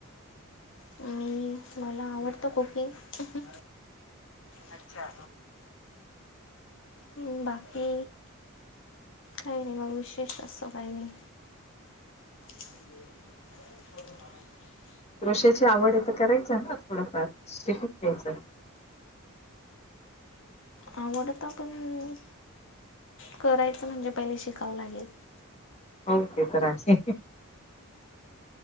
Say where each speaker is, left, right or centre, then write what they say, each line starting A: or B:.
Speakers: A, on the left; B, on the left.
A: मी मला आवडत कुकिंग अच्छा उम बाकी काही नाही मग विशेष अस काही नाही. च मा
B: क्रोशेची आवड आहे तर करायच ना थोडंफार शिकून घ्यायचं.
A: आवडत आपण करायचं तर म्हणजे पहिले शिकावं लागेल.
B: हो ते तर आहे